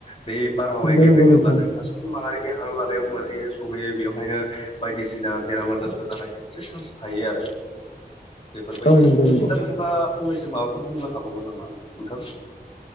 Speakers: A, on the left (about 35°); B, on the left (about 70°).
A: बे बारहावाया
B: नंगौ
A: गेब्रेङोब्ला
B: नंगौ नोंथां
A: जोंहा सुबुं माहारिनि हां लानायाव मोनहैयो सहैयो बेवहायनो बायदिसिना बेराम आजारबो जानायनि मोनसे चान्स थायो आरो। बेफोरबायदि।
B: औ नंगौ नंगौ
A: दा नोंथाङा फंनैसो माबा फोर बुंनो हाबावगोन नामा नोथां?